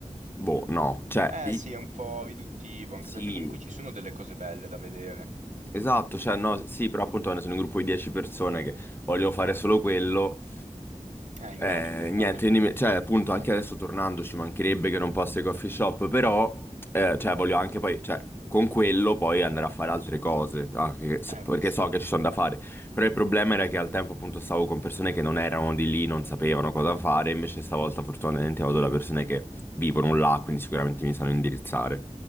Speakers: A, on the left; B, on the right.
A: Boh, no, cioè,
B: Eh
A: i-
B: sì, è un po' riduttivo, anche
A: sì,
B: perché comunque ci sono delle cose belle da vedere.
A: esatto, cioè no, sì, però appunto quando sono un gruppo di 10 persone che vogliono fare solo quello,
B: Eh, immagino,
A: eh,
B: immagino.
A: niente, quindi mi- cioè appunto anche adesso tornando ci mancherebbe che non posso ai coffee shop, però eh, cioè voglio anche poi, cioè con quello poi andare a fare altre cose, ah, che-
B: Eh
A: perché
B: beh sì.
A: so che ci sono da fare, però il problema era che al tempo appunto stavo con persone che non erano di lì, non sapevano cosa fare, invece stavolta fortunatamente vado da persone che vivono là, quindi sicuramente mi sanno indirizzare.